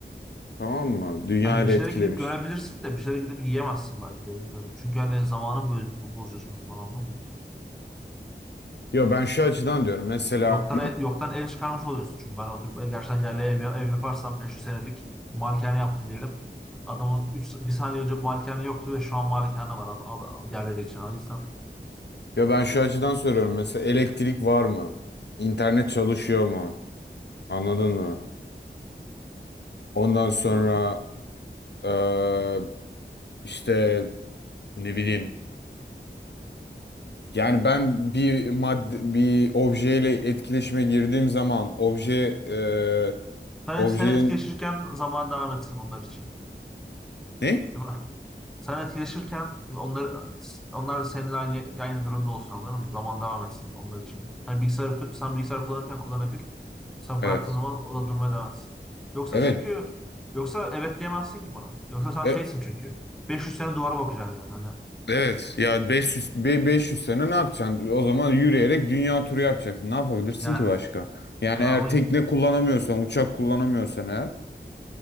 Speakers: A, on the left; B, in the centre.
A: Tamam mı? Dünya
B: Hani
A: ile
B: bir şeylere
A: etkilemiş.
B: gidip görebilirsin de bir şeylere gidip yiyemezsin belki de bilmiyorum. Çünkü hani zamanı boz- bozuyorsun o zaman oldu mu?
A: Ya ben şu açıdan diyorum. Mesela
B: Yoktan, e, yoktan ev çıkarmış oluyorsun. Çünkü ben oturup e, gerçekten yerli ev, ev yaparsam 500 senelik malikane yaptım diyelim. Adamın 3, bir saniye önce malikane yoktu ve şu an malikane var ad, ad, diğerleri için. O yüzden
A: <clears throat> ya ben şu açıdan soruyorum. Mesela elektrik var mı? İnternet çalışıyor mu? Anladın mı? Ondan sonra
B: bu-
A: eee, işte ne bileyim. Yani ben bir madde, bir objeyle etkileşime girdiğim zaman obje eee
B: sen,
A: objenin
B: sen etkileşirken zaman devam etsin onlar için.
A: ne?
B: Değil mi? Sen etkileşirken onlar onlar da seninle aynı aynı durumda olsun anladın mı? Zaman devam etsin onlar için. Hani bilgisayarı sen bilgisayar kullanırken kullanabil. Sen
A: Evet.
B: bıraktığın zaman o da durmaya devam etsin. Yoksa
A: Evet.
B: çünkü yoksa evet diyemezsin ki buna. Yoksa sen
A: E,
B: şeysin çünkü. 500 sene duvara bakacaksın yani. Hani,
A: Evet ya 500 be- 500 sene ne yapacaksın? O zaman yürüyerek dünya turu yapacaksın. Ne yapabilirsin
B: yani.
A: ki başka? Yani
B: Yani
A: eğer
B: ama
A: tekne kullanamıyorsan, uçak kullanamıyorsan eğer